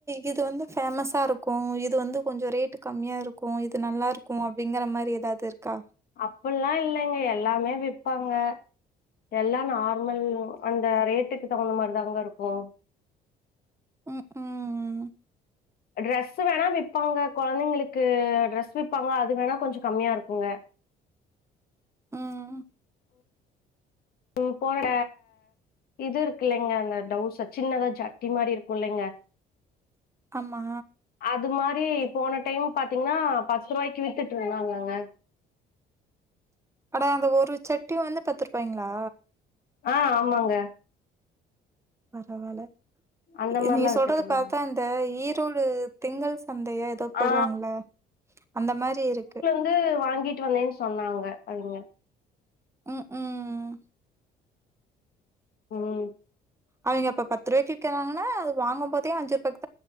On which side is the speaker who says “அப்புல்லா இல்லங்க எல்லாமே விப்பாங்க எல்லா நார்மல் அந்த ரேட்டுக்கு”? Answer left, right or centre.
Left